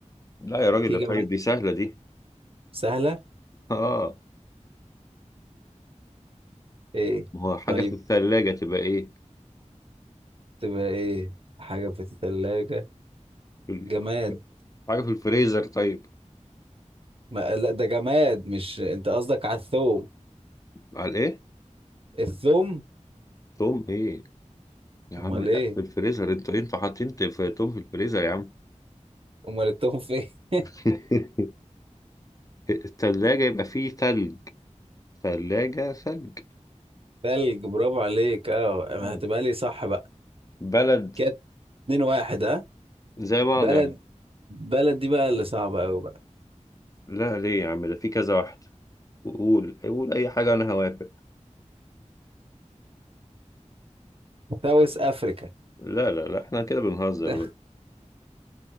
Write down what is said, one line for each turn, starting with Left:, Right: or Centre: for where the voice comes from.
Left: لا يا راجل
Right: في جماد
Left: طيب دي سهلة دي
Right: سهلة
Left: اه
Right: ايه
Left: ما هو حاجة
Right: طيب
Left: في الثلاجة تبقى ايه
Right: تبقى ايه حاجة في الثلاجة
Left: في ال-
Right: جماد
Left: حاجة في الفريزر طيب
Right: ما لا ده جماد مش انت قصدك على الثوم
Left: على ايه
Right: الثوم
Left: توم ايه يا
Right: امال
Left: عم لا
Right: ايه
Left: في الفريزر انتوا إيه؟ انتوا حاطين ت- في توم في الفريزر يا عم
Right: امال الثوم فين <laughs>
Left: <laughs> الثلاجة يبقى فيه ثلج ثلاجة ثلج
Right: ثلج برافو عليك اه
Left: آه.
Right: هتبقى لي صح بقى
Left: بلد
Right: كده اتنين واحد ها
Left: زي بعض
Right: بلد
Left: يا عم
Right: بلد دي بقى اللي صعبة أوي
Left: لا ليه يا عم ده في كذا واحد قول قول اي حاجة انا هوافق
Right: ساوث افريكا
Left: لا لا لا احنا كده بنهزر
Right: <laughs>
Left: بقى.